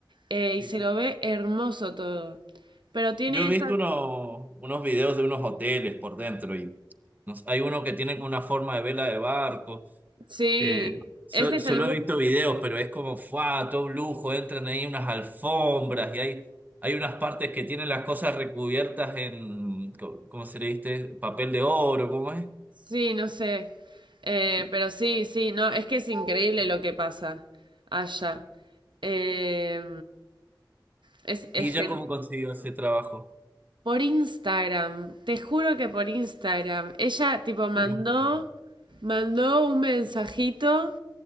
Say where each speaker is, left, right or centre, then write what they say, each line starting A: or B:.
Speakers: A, on the right; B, on the right.
A: Eh,
B: Sí.
A: y se lo ve hermoso todo. Pero tiene
B: Yo he visto
A: esa...
B: unos, unos videos de unos hoteles por dentro y no sé, hay uno que tiene como una forma de vela de barco.
A: Sí,
B: Eh, so-
A: ese es
B: solo
A: el
B: he visto videos, pero es como, ¡fua! Todo un lujo, entran ahí unas alfombras y hay, hay unas partes que tienen las cosas recubiertas en, co- ¿cómo se le dice? Papel de oro, ¿cómo es?
A: Sí, no sé. Eh, pero sí, sí, no, es que es increíble lo que pasa allá. Eh, es, es
B: Y
A: gen-
B: ya cómo consiguió ese trabajo.
A: por Instagram, te juro que por Instagram. Ella tipo mandó,
B: Buenísimo.
A: mandó un mensajito,